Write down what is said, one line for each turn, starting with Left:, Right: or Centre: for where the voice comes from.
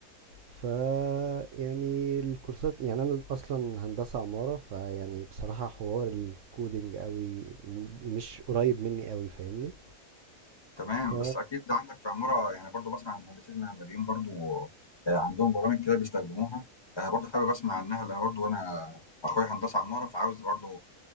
Right: ف يعني الكورسات يعني انا اصلا هندسة عمارة فيعني بصراحة حوار الكودينج قوي مش قريب مني قوي فاهمني
Left: تمام،
Right: ف
Left: بس أكيد ده عندك في عمارة يعني برضه باسمع المهندسين المعماريين برضه آآ عندهم برامج كده بيستخدموها، أنا برضه حابب أسمع عنّها لأن برضه أنا أخويا هندسة عمارة، فعاوز برضه